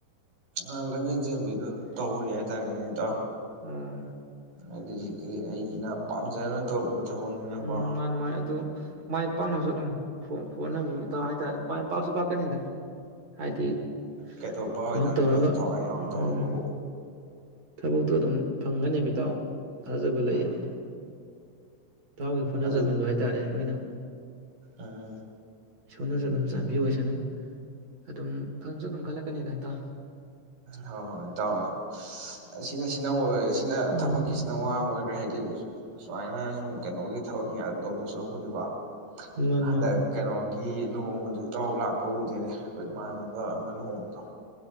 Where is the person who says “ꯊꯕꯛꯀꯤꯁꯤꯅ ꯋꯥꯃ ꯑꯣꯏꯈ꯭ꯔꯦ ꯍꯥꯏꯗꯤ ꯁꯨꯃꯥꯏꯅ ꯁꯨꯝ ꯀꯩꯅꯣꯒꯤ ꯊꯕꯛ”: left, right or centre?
Right